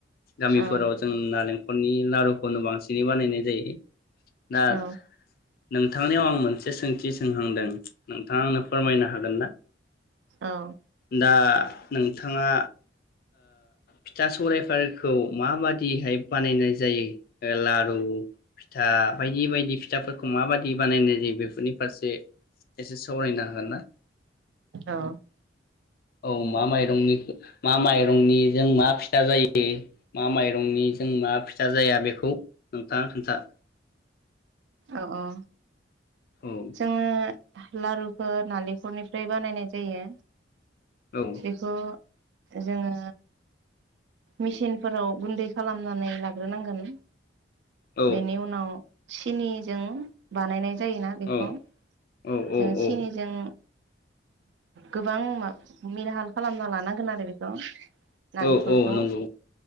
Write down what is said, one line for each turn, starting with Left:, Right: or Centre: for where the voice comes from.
Left: गामिफोराव
Right: औ
Left: जों ना लों नालेंखरनि लारु बांसिनै बानायो। दा
Right: औ
Left: नोंथांनियाव आं मोनसे सोंथि सोंहांदों नोंथाङा आंनो फोरमायनो हागोन ना।
Right: औ
Left: दा नोंथाङा फिथा सौरायफोरखौ माबादिहाय बानायनाय जायो लारु फिथा बायदि बायदि फिथाफोरखौ माबाददि बानायनाय जायो बेफोरनि फारसे एसे सावरायनो हागोन ना?
Right: औ
Left: औ मा माइरंनि मा माइरंनि जों मा फिथा जायो मा माइरंनि जों मा फिथा जाया बेखौ नोंथाङा खोन्था।
Right: अ औ
Left: औ
Right: जोङो लारुखौ नालेंखलनिफ्राय बानायनाय जायो।
Left: औ
Right: बेखौ जोङो मेसिनफोराव गुन्दै खालामनानै लाग्रोनांगोन
Left: औ
Right: बेनि उनाव सिनिजों बानायनाय जायोना? जों
Left: औ औ औ
Right: सिनिजों
Left: औ
Right: गोबां मेलाहाल खालामना लानांगोन आरो बेखौ नलेंखरखौ
Left: औ औ नंगौ